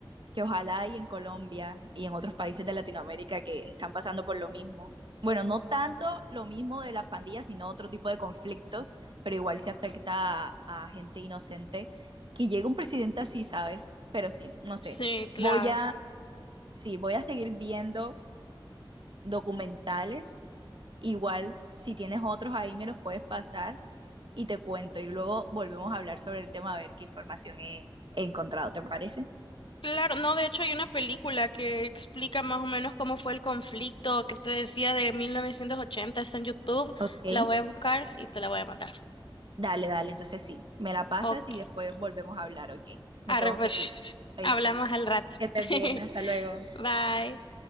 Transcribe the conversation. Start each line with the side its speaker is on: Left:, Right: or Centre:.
Right: que ojalá hay en Colombia y en otros países de Latinoamérica que están pasando por lo mismo. Bueno, no tanto lo mismo de las pandillas, sino otro tipo de conflictos, pero igual se afecta a, a gente inocente. Que llegue un presidente así, ¿sabes? Pero sí, no sé.
Left: Sí, claro.
Right: Voy a, sí, voy a seguir viendo documentales. Igual, si tienes otros ahí, me los puedes pasar y te cuento. Y luego volvemos a hablar sobre el tema, a ver qué información he, he encontrado, ¿te parece?
Left: Claro, no, de hecho hay una película que explica más o menos cómo fue el conflicto que te decía de 1980, está en YouTube,
Right: Ok.
Left: la voy a buscar y te la voy a mandar.
Right: Dale, dale, entonces sí, me la pasas
Left: Ok.
Right: y después volvemos a hablar, ¿ok? Me
Left: Arre,
Right: tengo
Left: pues,
Right: que ir,
Left: <laughs>
Right: ¿oíste?
Left: hablamos al rato.
Right: Que estés
Left: <laughs>
Right: bien, hasta luego.
Left: Bye.